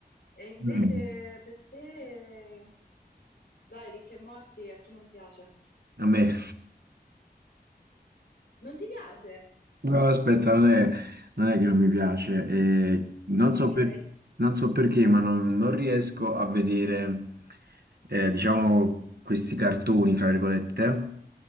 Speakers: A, on the left; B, on the right.
A: E invece
B: Mm. Mm,
A: per te, dai, Rick e Morty, a chi non piace?
B: A me.
A: Non ti piace?
B: No, aspetta, non è, non è che non mi piace, eh, non
A: Ok.
B: so per- non so perché, ma non, non riesco a vedere, eh, diciamo, questi cartoni, fra virgolette. Mm,